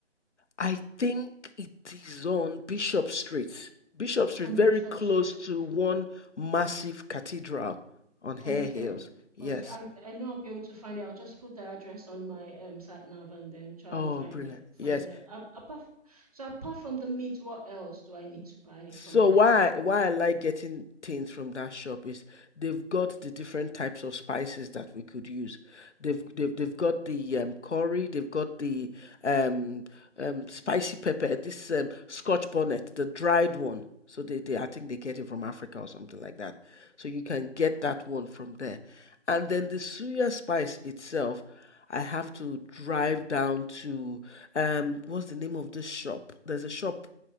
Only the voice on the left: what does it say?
I think it is on Bishop Street. Bishop Street,
very
close
to one massive cathedral on Hare
Hills. Yes.
Oh,
brilliant.
Yes.
So
why why I like getting things from that shop is they've got the different types of spices that we could use. They've they've, they've got the um, curry, they've got the um, um, spicy pepper, this um, Scotch bonnet, the dried one. So they, they I think they get it from Africa or something like that. So you can get that one from there. And then the suya spice itself, I have to drive down to um what's the name of this shop? There's a shop